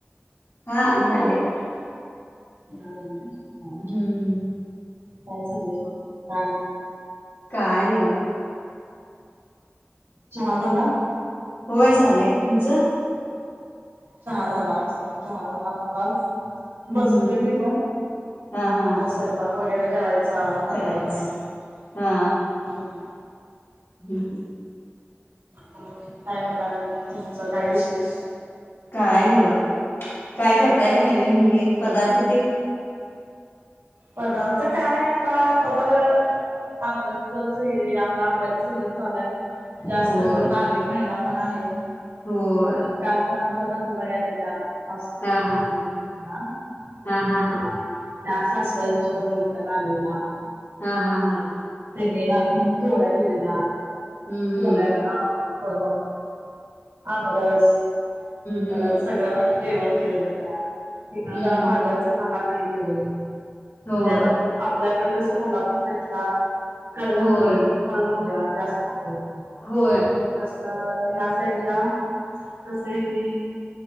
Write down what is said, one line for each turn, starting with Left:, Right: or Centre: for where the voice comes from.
Left: हा यालय.
Right: याला ना. हा
Left: हम्म.
Right: काय झालंय म हा.
Left: काय नाहीवा
Right: चहा झाला.
Left: होय झाले, तुमचं?
Right: चहा झाला आमचा पण, चहा झाला आताच
Left: हम्
Right: बसलोय
Left: हम्
Right: मी पण
Left: हा हा
Right: आता स्वयंपाक वगैरे करायचा नंतरन
Left: करायच
Right: हम्म.
Left: हा <unintelligible>
Right: मळ काय म्हणाले तुमच? <unintelligible> वीस वीस
Left: काय नई बगा काय करताय काय नवीन हे पदार्थ ते?
Right: पदार्थ काय आता, आता तर आमरसच हे आपलं आंब्याच सीझन चालू आय. जास्त
Left: होय
Right: करून अधिक महिना पण आहे,
Left: होय
Right: परत काल पण आम च नंदुबाई आलेल्या. सासूबाईंनी
Left: हा हा
Right: बोलावलेलं त्यांना
Left: हा हा
Right: अ
Left: हा
Right: त्याच आईंच्या वटी भरायला आलेल्या.
Left: हा हा हा.
Right: तेनि येणारे म्हणून पोळ्या केलेल्या
Left: हम्म हम्म
Right: पोळ्या अ पन, आमरस
Left: हम्म हम्म
Right: परत सगळ्या म्ह <unintelligible> जेवण केलेलं तयार तेन्ना
Left: हम्म
Right: जरा भाज्यांच <unintelligible> <unintelligible> म्हणजे
Left: होय
Right: आता आपल्याकड कसं कोल्हापूर साईटला कडधान्ये,
Left: होय
Right: फळभाज्या जास्त खातोय आपण
Left: होय
Right: तस अ ह्या साईटला तसही मी